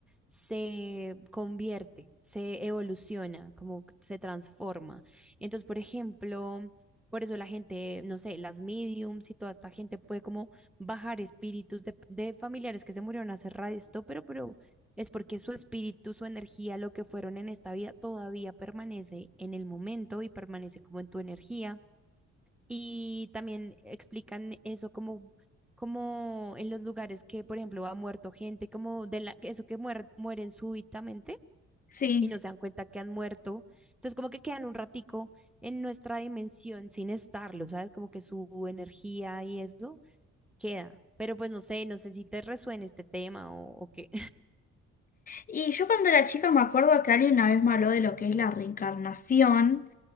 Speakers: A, in the centre; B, on the left.
A: se convierte, se evoluciona, como que se transforma. Entonces, por ejemplo, por eso la gente, no sé, las mediums y toda esta gente puede como bajar espíritus de, de familiares que se murieron hace rato, pero, pero es porque su espíritu, su energía, lo que fueron en esta vida, todavía permanece en el momento y permanece como en tu energía. Y también explican eso como, como en los lugares que, por ejemplo, ha muerto gente, como de la, eso que muer- mueren súbitamente
B: Sí,
A: y no se dan cuenta que han muerto. Entonces, como que quedan un ratico en nuestra dimensión sin estarlo, ¿sabes? Como que su energía y eso queda. Pero pues no sé, no sé si te resuena este tema o, o qué.
B: Y yo cuando era chica me acuerdo que alguien una vez me habló de lo que es la reencarnación,